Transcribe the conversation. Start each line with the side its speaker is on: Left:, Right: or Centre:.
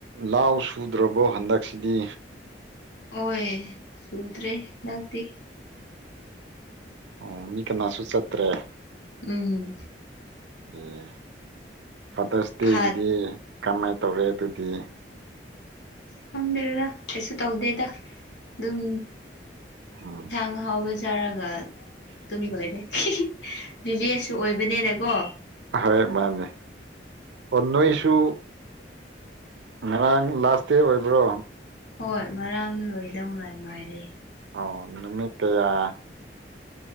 Right: ꯂꯥꯎ ꯁꯨꯗ꯭ꯔꯕꯣ ꯍꯟꯗꯛꯁꯤꯗꯤ
Left: ꯍꯣꯏ ꯁꯨꯗ꯭ꯔꯦ ꯗꯤ
Right: ꯑꯣ ꯃꯤ ꯀꯅꯥꯁꯨ ꯆꯠꯇ꯭ꯔꯦ
Left: ꯎꯝ
Right: ꯑꯣ ꯐꯥꯗꯔꯁ ꯗꯦꯒꯤꯗꯤ
Left: ꯐꯠ
Right: ꯀꯃꯥꯏꯅ ꯇꯧꯔꯦ ꯑꯗꯨꯗꯤ
Left: ꯈꯪꯗꯦꯗ ꯀꯩꯁꯨ ꯇꯧꯗꯦꯗ ꯑꯗꯨꯝ
Right: ꯎꯝ
Left: ꯪ ꯍꯕ ꯆꯥꯔꯒ ꯑꯗꯨꯝ ꯂꯣꯏꯔꯦ ꯕꯤꯚꯦꯁꯨ ꯑꯣꯏꯕꯅꯦꯅꯀꯣ
Right: ꯍꯣꯏ ꯃꯥꯅꯦ ꯑꯣ ꯅꯣꯏꯁꯨ ꯉꯔꯥꯡ ꯂꯥꯁ ꯗꯦ ꯑꯣꯏꯕ꯭ꯔꯣ
Left: ꯍꯣꯏ ꯉꯔꯥꯡ ꯂꯣꯏꯗꯧ ꯂꯥꯏ ꯃꯥꯏꯔꯦ
Right: ꯑꯣ ꯅꯨꯃꯤꯠꯇꯌꯥ